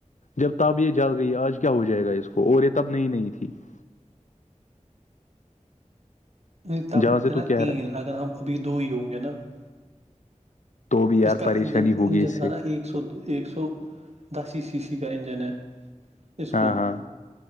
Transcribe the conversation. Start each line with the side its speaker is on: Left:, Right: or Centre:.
Left: جب تب یہ جل گئی آج کیا ہو جائے گا اس کو اور یہ تب نئی نئی تھی <unintelligible>
Right: نہیں تب
Left: جہاں
Right: ہم
Left: سے
Right: تھے
Left: تو
Right: نا
Left: کہہ
Right: تین
Left: رہا ہے
Right: اگر ہم ابھی دو ہی ہوں گے نا <unintelligible>
Left: تو بھی یار
Right: اس کا
Left: پریشانی
Right: انجن
Left: ہوگی
Right: انجن
Left: اس
Right: تھا
Left: سے
Right: نا ایک سو ایک سو دس ای سی سی کا انجن ہے اس
Left: ہاں
Right: کو
Left: ہاں